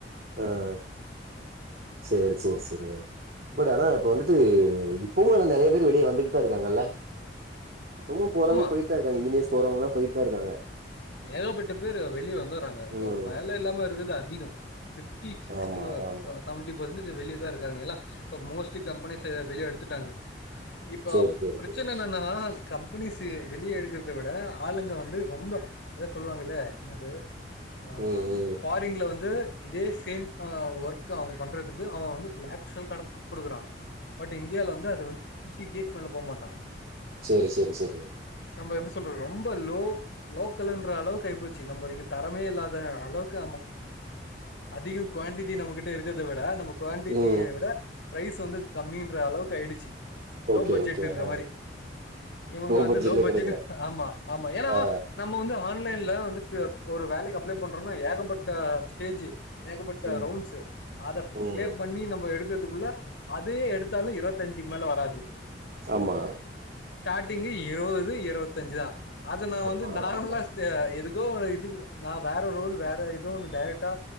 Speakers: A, on the right; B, on the left.
A: ஆஹ் சேரி சேரி சேரி இப்டி ஆனா இப்ப வந்துட்டு இப்பவும் நெறைய பேர் வெளிய வந்துட்டு தான் இருக்காங்கல்ல இப்பமும் போறவங்க
B: ஆமா
A: போயிட் தான் இருக்காங்க இன்ஜினியர்ஸ் போறவங்கலா போயிட்டு தான் இருக்காங்க
B: ஏகப்பட்ட பேர் வெளிய வந்தறாங்க இப்ப
A: ம்.
B: வேல இல்லாம இருக்கது அதிகம் பிப்டி சிக்ஸ்து
A: ஆமா, ஆமா.
B: செவன்டி பெர்சன்ட்டேஜ் வெளியதான் இருக்காங்கல்ல இப்ப மோஸ்ட்லி கம்பெனிஸ் வெளிய எடுத்துட்டாங்க இப்போ
A: சரி, சரி,
B: பிரச்சன
A: சரி.
B: என்னா கம்பெனிஸ் வெளியே எடுக்கறத விட ஆளுங்க வந்து ரொம்ப அத சொல்லுவாங்கல்ல என்னது ஆஹ
A: ம், ம்.
B: ஃபாரின்ல வந்து இதே சேம் ஒர்க் அவுங்க பண்றதுக்கு அவன் லேக்ஸ் வந்து ல் கணக்கு கொடுக்குறான் பட் இந்தியால வந்து அது வந்து ஃபிப்டி கேக்கு மேல போக மாட்டான்
A: சேரி சேரி சேரி
B: நம்ம எப்டி சொல்றது ரொம்ப லோ லோக் வேணுன்ற அளவுக்கு ஆயிப்போச்சு நம்மளுக்கு தரமே இல்லாத அளவுக்கு அதிகம் குவாண்டிட்டி நம்மகிட்ட இருக்கிறத விட நம குவான்டிட்டிய
A: ம்.
B: விட பிரைஸ் வந்து கம்மின்ற அளவுக்கு ஆயிடுச்சு லோ
A: ஓகே,
B: பட்ஜெட்ன்ற
A: ஓகே. ஆ.
B: மாரி இவங்க வந்து
A: பட்ஜெட்லயே
B: லோ பட்ஜெட்
A: கெடைக்கிறே
B: ஆமா ஆமா ஏனா
A: ஆ
B: இந்த ஆன்லைன்ல வந்துட்டு ஒரு வேலைக்கு அப்ளை பண்றோம்னா ஏகப்பட்ட ஸ்டேஜ் ஏகப்பட்ட
A: ம்
B: ரவுண்ட்ஸு அத க்
A: ம்
B: க்ளியர் பண்ணி நம்ம எடுக்கிற் து குள்ள அதே எடுத்தாலு இருவத்தஞ்சுக் மேல வராது
A: ஆமா
B: ஸ்டாட்டிங்கி இருவது இருவத்தஞ்சு தா அத நார்மலா
A: ஆமா ஆமா
B: <unintelligible> எது எதோ ஒரு இதுக்கு நா வேற ரோல் வேற எதோ ஒண்ணு டேரெக்ட்டா